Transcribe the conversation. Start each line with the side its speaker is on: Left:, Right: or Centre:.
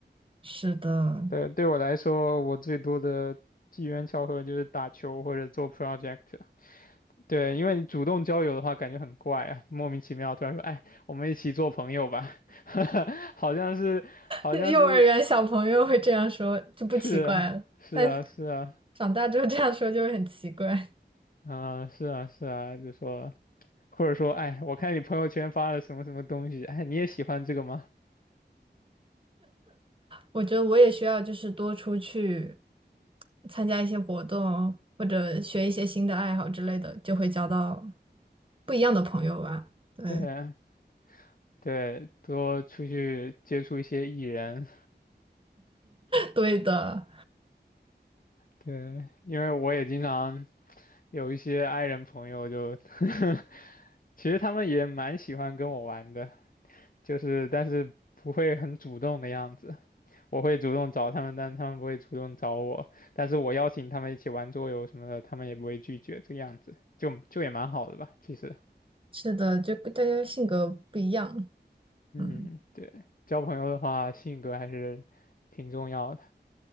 Right: 是的，
Left: 对，对我来说，我最多的机缘巧合就是打球或者做 project。对，因为你主动交友的话，感觉很怪啊，莫名其妙突然说，哎，我们一起做朋友吧，<laughs> 好像是，好像是，
Right: <laughs> 幼儿园小朋友会这样说就不奇怪了，
Left: 是啊，是啊，
Right: 但
Left: 是啊，
Right: 长大之后这样说就会很奇怪。
Left: 啊、是啊，是啊，就说，或者说，哎，我看你朋友圈发了什么什么东西，哎，你也喜欢这个吗？
Right: 我觉得我也需要就是多出去参加一些活动，或者学一些新的爱好之类的，就会交到不一样的朋友吧。对，
Left: 对啊，对，多出去接触一些艺人，
Right: <laughs> 对的，
Left: 对，因为我也经常有一些 i 人朋友就，<laughs> 其实他们也蛮喜欢跟我玩的。就是但是不会很主动的样子。我会主动找他们，但他们不会主动找我。但是我邀请他们一起玩桌游什么的，他们也不会拒绝，这个样子就就也蛮好的吧，其实。
Right: 是的，就跟大家性格不一样。
Left: 嗯，
Right: 嗯，
Left: 对，交朋友的话，性格还是挺重要的。